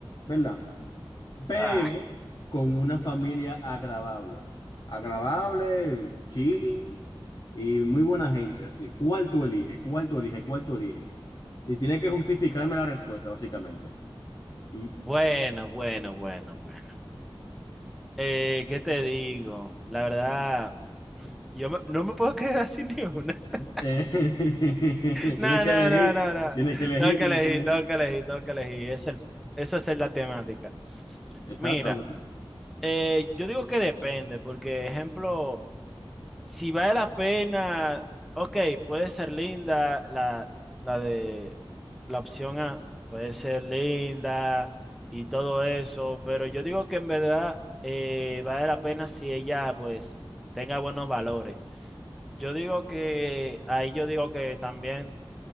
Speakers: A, on the left; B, in the centre.
A: ¿verdad? Pero
B: Ah,
A: con una familia agradable. Agradable, chilling y muy buena gente, así. ¿Cuál tú eliges? ¿Cuál tú eliges? ¿Cuál tú eliges? Y tiene que justificarme la respuesta, básicamente. y
B: bueno, bueno, bueno, bueno. Eh, ¿qué te digo? La verdad. Yo me- no me puedo quedar <laughs> sin ni una. <laughs>
A: Eh, <laughs> tienes
B: No,
A: que
B: no,
A: elegir,
B: no, no, no.
A: tienes que elegir,
B: Tengo que
A: tienes
B: elegir,
A: que elegir.
B: tengo que elegir, tengo que elegir. Es el, esa es la temática.
A: Exactamente.
B: Mira, eh, yo digo que depende, porque, ejemplo, si vale la pena, ok, puede ser linda la, la de la opción A, puede ser linda y todo eso, pero yo digo que en verdad eh, vale la pena si ella, pues, tenga buenos valores. Yo digo que ahí yo digo que también